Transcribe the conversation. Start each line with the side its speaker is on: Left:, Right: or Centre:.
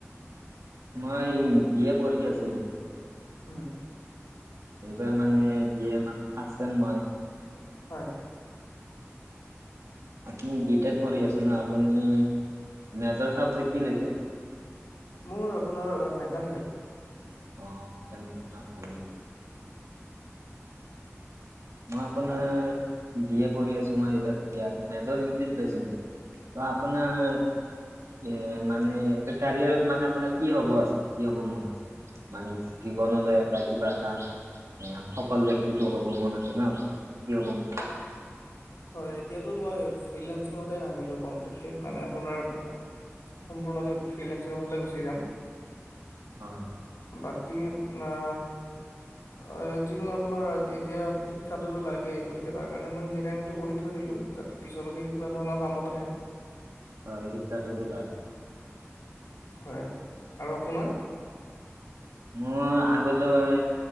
Right: মই বিএ পঢ়ি আছোঁ
Left: উম
Right: এইবাৰ মানে বি এ মানে ফাষ্ট চেম মই
Left: হয়।
Right: আপুনি বি টেক কৰি আছে ন আপুনি মেজৰ চাবজেক্ট কি লৈছে।
Left: মোৰ আপোনাৰ মেকানিকেল
Right: অ', মেকানিক ন ভালে মই আপোনাৰ
Left: তাক
Right: বি এ পঢ়ি আছোঁ মই এইবাৰ। বি এ আৰু মেজৰ ইংলিছ লৈছো। মই ত আপোনাৰ এ মানে কেৰিয়াৰত মানে আপোনাৰ কি হ'ব আছে কি হ'ব মন আছে? মানে জীৱনলৈ এটা কিবা এটা এ সফল ব্যক্তিটো হ'ব মন আ তোমাৰ মানে কি হ'ব মন আছিল?
Left: হয় এতিয়াতো মই ফ্ৰিসংতে নামিলো কমপ্লিটলি। মানে আপোনাৰ সম্পূৰ্ণকে ফ্ৰিলেঞ্চি ফালে গুচি যাম।
Right: হয়।
Left: বাকী আ অ যিকোনো আপোনাৰ এতিয়া শিক্ষাতো লাগেই, গতিকে তাৰ কাৰণে মই ইঞ্জিনিয়াৰিং টো কৰি থৈ দিলো, যাতে পিছলৈকে কিবা ধৰণৰ কামত আহে।
Right: হয় শিক্ষাটোতো লাগে।
Left: হয়। আৰু আপোনাৰ?
Right: মোৰ আগলৈ